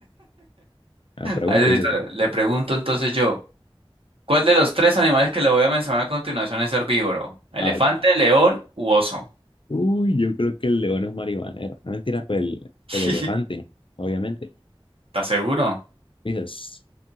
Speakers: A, on the left (about 60°); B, on the right (about 70°).
A: Ah, pregunta
B: A ver,
A: eso yo.
B: le pregunto entonces yo, ¿cuál de los tres animales que le voy a mencionar a continuación es herbívoro? ¿Elefante,
A: Ah, vale.
B: león u oso?
A: Uy, yo creo que el león es marihuanero. No mentira, pero el,
B: <laughs>
A: el elefante, obviamente.
B: ¿Está seguro?
A: Dices,